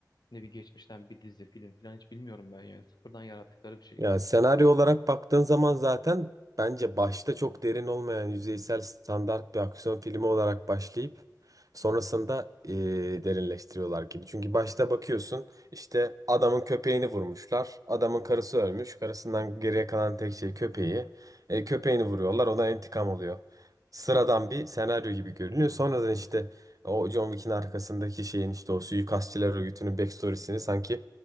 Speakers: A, on the left; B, on the right.
A: ne bir geçmişten bir dizi, film falan hiç bilmiyorum ben yani. Sıfırdan yarattıkları bir şey.
B: Ya senaryo olarak baktığın zaman zaten bence başta çok derin olmayan yüzeysel standart bir aksiyon filmi olarak başlayıp sonrasında eee, derinleştiriyorlar gibi. Çünkü başta bakıyorsun işte adamın köpeğini vurmuşlar. Adamın karısı ölmüş. Karısından geriye kalan tek şey köpeği. E, köpeğini vuruyorlar. Ona intikam oluyor. Sıradan bir senaryo gibi görünüyor. Sonradan işte o John Wick'in arkasındaki şeyin işte o suikastçılar örgütünün backstory'sini sanki